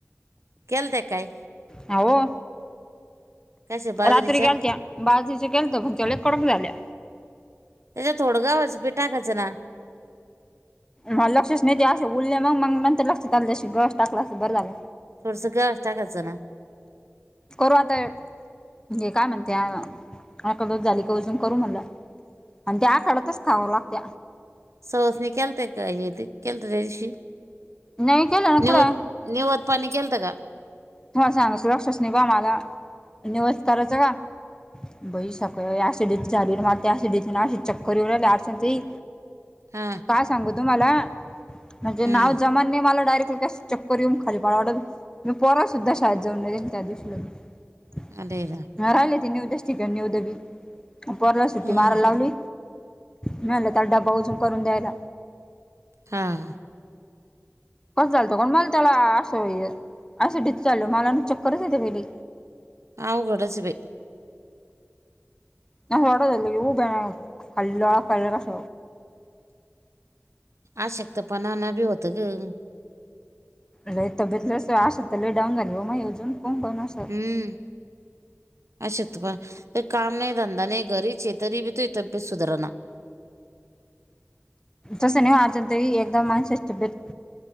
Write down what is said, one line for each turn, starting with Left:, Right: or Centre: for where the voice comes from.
Right: केलते काय
Left: हो
Right: कशा बाजरीच्या
Left: रात्री ग्यालत बाज दिवशी केलत पण त्या कडम झाल्या
Right: त्याच्या थोड गवाच पीठ टाकाच ना ना
Left: म लक्षच नाही दे असे उरले मग मग नंतर लक्षात आलं जशी गस टाकला असं बरं झालं
Right: थोडसं काय गवाच च टाकच ना
Left: करू आता म्हणजे काय म्हणते कबत झाली काजून करू म्हणला आणि त्या आखड्याच खाव लागते
Right: सवासण्या केलत्या का हे ते केलत त्याशी
Left: नाही केलं ना
Right: निवत
Left: कुठं
Right: नीवद पानी केलत गा
Left: तुम्हाला सांग सुरक्षस नाही बा मला निवस करायचं का बई सकऍसिडी झाडी मारतेसिडी आसी चक्कर येऊ लागली अर्चना तई
Right: हा
Left: काय सांगू तुम्हाला म्हणजे
Right: हम्म
Left: नाव जमानने मला डायरेक्ट ल कॅश चक्कर येऊन खाली पाड वाडत मी पोरा सुद्धा शाळेत जाऊन नाहीे त्या दिवशी लग्
Right: हा द्यायला
Left: हा राहिलय ते नियुद्या <inaudible> ठीक आहे नियुद्या पोराला सुट्टी
Right: हा
Left: मारायला लावली
Right: हा
Left: झालतर तर डबा उचून करून द्यायला
Right: हा
Left: कसं चालतं ग मला त्याला असं असं डीचाळ मला ना चक्करच येते बाई लय
Right: आवघडच हाय बाई.
Left: आवघडा झालं की उभ्या खाईला जरा आस.
Right: आशक्तपणा न बी होतं ग.
Left: लय तब्बत लईच आशात तर लय डाऊन झाली व माई कावून कोणास
Right: हम्म. अशक्तपण काय काम नाही धंदा नाही घरीचे तरी बी तू तब्येत सुधारणा.
Left: तसं नाही ओ अर्चना तई एकदा माणसेची तब्येत